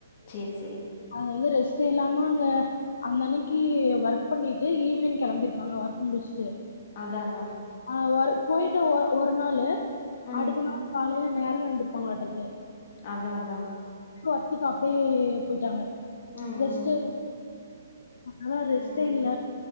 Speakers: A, on the left; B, on the left.
A: சேரி சேரி.
B: அங்க வந்து ரெஸ்ட்டே இல்லாம அங்க அந்த அன்னிக்கி ஒர்க் பண்ணிட்டு ஈவினிங் கிளம்பிருப்பாங்க ஒர்க் முடிச்சு
A: அதா‌ அதா
B: ஆ ஒவர்க் போயிட்டு ஒரு நாளு
A: ம்
B: அடுத்த நாள் காலையில நேரமே வந்திருப்பாங்களாட்டு இருக்கு
A: அதா அதா
B: ஒர்க்குக்கு அப்பயே போயிட்டாங்க ச்
A: ம்
B: ரெஸ்ட்
A: ம்
B: அதனால ரெஸ்ட்டே
A: ம்
B: இல்ல